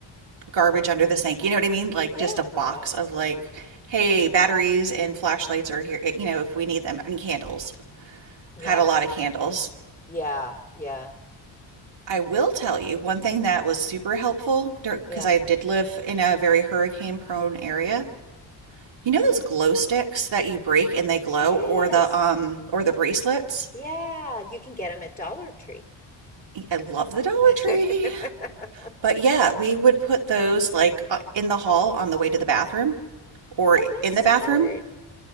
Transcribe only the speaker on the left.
Yeah.
Yeah.
Yes.
Yeah, yeah,
yeah.
Yes.
Yeah, you can get them at Dollar Tree.
<laughs>
Oh, that's
smart.